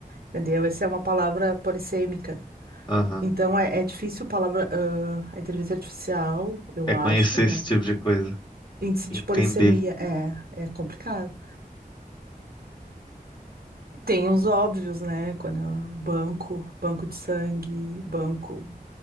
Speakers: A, on the right; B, on the left.
A: Entendeu? Essa é uma palavra polissêmica.
B: Aham.
A: Então é, é difícil palavra, ah, a inteligência artificial, eu
B: É
A: acho,
B: conhecer esse
A: né?
B: tipo de coisa.
A: Índice
B: Entender.
A: de polissemia é, é complicado. Tem uns óbvios, né? Quando é o banco, banco de sangue, banco,